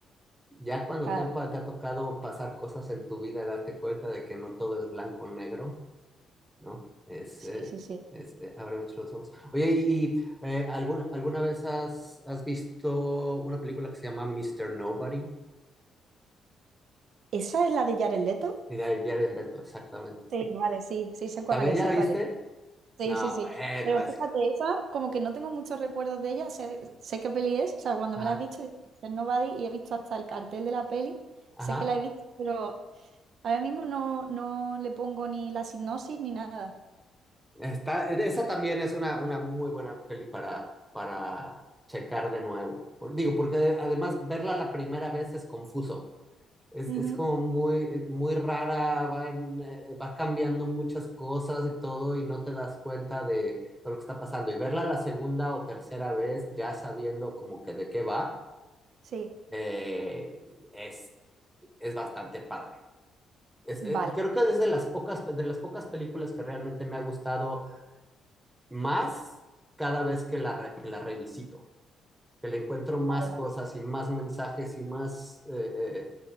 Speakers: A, in the centre; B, on the right.
A: ya cuando
B: claro.
A: te, han, pa- te ha tocado pasar cosas en tu vida, darte cuenta de que no todo es blanco o negro, ¿no? Es,
B: Sí,
A: eh,
B: sí, sí.
A: es, eh, abre mucho los ojos. Oye, y, eh, ¿alguna, alguna vez has, has visto una película que se llama Mister Nobody?
B: ¿Esa es la de Jared Leto?
A: Y ya, ya vi el reto, exactamente.
B: Sí, vale, sí, sí, sé cuál
A: ¿También
B: es,
A: ya
B: sé
A: lo viste?
B: cuál es. Sí,
A: No,
B: sí, sí.
A: bueno,
B: Pero
A: es
B: fíjate,
A: que...
B: esa, como que no tengo muchos recuerdos de ella, sé, sé qué peli es, o sea, cuando
A: Ajá,
B: me la has dicho, digo, "Mr. Nobody, y he visto hasta el cartel de la peli,
A: ajá.
B: sé que la he visto, pero ahora mismo no, no le pongo ni la sinopsis ni nada.
A: Está, esa también es una, una muy buena peli para, para checar de nuevo. Por- Digo, porque además verla la primera vez es confuso. Es,
B: Ujú,
A: es como muy, muy rara, va, en- eh, va cambiando muchas cosas y todo y no te das cuenta de todo lo que está pasando. Y verla la segunda o tercera vez ya sabiendo como que de qué va,
B: Sí,
A: eh, es, es bastante padre. Es,
B: vale,
A: eh, creo que es de las pocas, de las pocas películas que realmente me ha gustado más cada vez que la, re- que la revisito, que le encuentro más
B: vale,
A: cosas
B: vale.
A: y más mensajes y más, eh, eh,